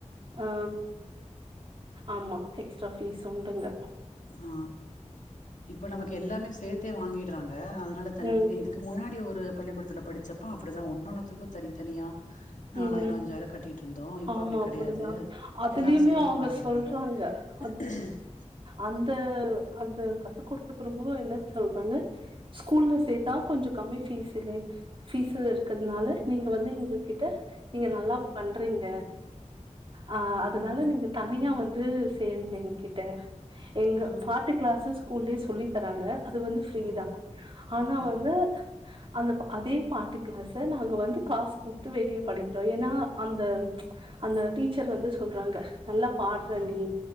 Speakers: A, on the right (about 45°); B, on the left (about 80°).
A: ஆ ஆமா எக்ஸ்ட்ரா ஃபீஸ் உண்டுங்க
B: ஆ இப்ப நமக்கு எல்லாமே சேத்தே வாங்கிட்றாங்க அத னால தனித்தனியா
A: ம்
B: இதுக்கு முன்னாடி ஒரு பள்ளிக்கூடத்துல படிச்சப்ப அப்டிதா ஒன்னொன்னுத்துக்கு தனித்தனியா நாலாயரோ
A: ம்
B: அஞ்சாயிரோ கட்டிட்ருந்தோ இப்ப
A: ஆமா
B: அப்டி
A: அப்டிதா
B: கெடயாது
A: அதுலயுமே
B: எல்லா சேத்து
A: அவங்க
B: வாங்கிட்றாங்க
A: சொல்றாங்க
B: <unintelligible>
A: அந்த அந்த கத்து குடுக்றோங்களு என்ன சொல்றாங்க ஸ்கூல்ல சேத்தா கொஞ்சொ கம்மி ஃபீஸுலே பீஸு இருக்கற்துனால நீங்க வந்து எங்ககி ட்ட நீங்க நல்லா பண்றீங்க ஆ அதனால
B: ம்
A: நீங்க தனியா வந்து சேருங்க எ கிட்ட எங்க
B: ஆ
A: பாட்டு கிளாஸ் ஸ் கூல்லயே சொல்லி தராங்க அது வந்து ஃப்ரீதா
B: ஓ
A: ஆனா
B: பரவால்ல
A: வந்து அந்த அதே பாட்டுக் கிளாஸ நாங்க வந்து காசு குடு த்து வெளிய படிக்கிறோ ஏனா அந்த அந்த டீச்சர் வந்து சொல்றாங்க நல்லா பா ட்ற
B: ஆமா
A: நீ